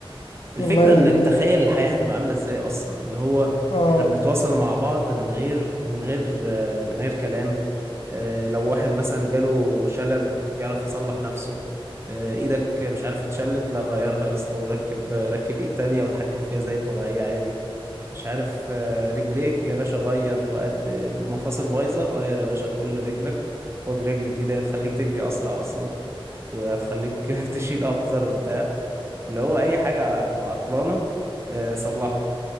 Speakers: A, on the right (about 25°); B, on the left (about 80°).
A: الفكرة
B: والله يعني
A: انك تخيل الحياة هتبقى عاملة ازاي اصلا اللي هو
B: اه
A: احنا بنتواصل مع بعض من غير من غير آه، من غير كلام آه، لو واحد مثلا جاله شلل يعرف يصلح نفسه آه، ايدك مش عارف اتشلت لا غيرها يا اسطى وركب ركب ايد تانية واتحكم فيها زي الطبيعية عادي مش عارف آه، رجليك يا باشا غير وقد المفاصل بايظة غير يا باشا كل رجلك خد رجل جديدة هتخليك تجري اسرع اصلا وهتخليك <laughs> تشيل اكتر وبتاع اللي هو اي حاجة هتبقى عطلانة آه، صلحها